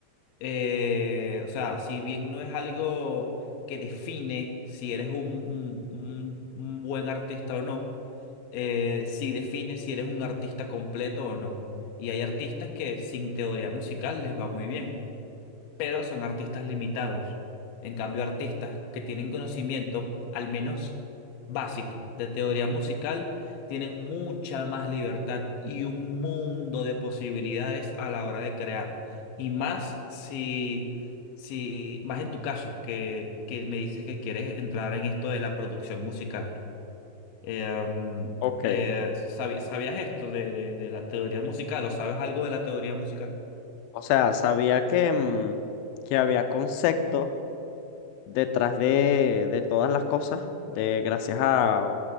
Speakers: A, on the left (about 70°); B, on the left (about 85°).
A: eh, o sea, si bien no es algo que define si eres un, un- un buen artista o no, eh, sí define si eres un artista completo o no. Y hay artistas que sin teoría musical les va muy bien pero son artistas limitados. En cambio, artistas que tienen conocimiento, al menos básico, de teoría musical, tienen mucha más libertad y un mundo de posibilidades a la hora de crear. Y más si, si más en tu caso, que, que me dices que quieres entrar en esto de la producción musical. Eh,
B: Ok,
A: eh, sabi- ¿sabías esto de, de de la teoría musical o sabes algo de la teoría musical?
B: O sea, sabía que, mm, que había conceptos detrás de, de todas las cosas, de gracias a